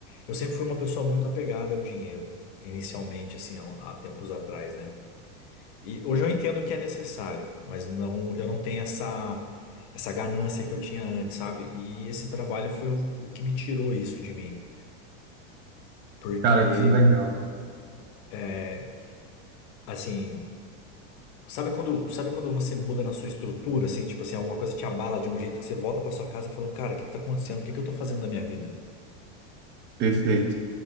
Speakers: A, on the left; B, on the right.
A: Eu sempre fui uma pessoa muito apegada ao dinheiro, inicialmente, assim, há, há tempos atrás, né? E hoje eu entendo que é necessário, mas não, eu não tenho essa, essa ganância que eu tinha antes, sabe? E esse trabalho foi o, o que me tirou isso de mim, porque,
B: Cara, que legal.
A: é, assim. Sabe quando, sabe quando você muda na sua estrutura, assim, tipo assim, alguma coisa te abala de um jeito que você volta pra sua casa falando, cara, o que que tá acontecendo? O que que eu tô fazendo da minha vida?
B: Perfeito.